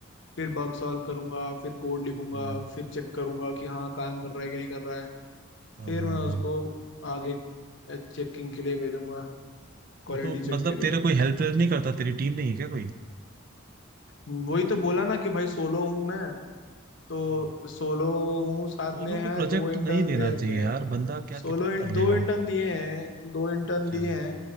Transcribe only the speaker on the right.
हम्म,
हाँ
हाँ
हाँ
तो तो
मतलब
तेरा कोई हेल्प हेल्प नहीं करता तेरी टीम नहीं है क्या कोई
हम्म।
सोलो
को
प्रोजेक्ट
नहीं देना
चाहिए
यार बंदा क्या
कितना
कर
लेगा
अच्छा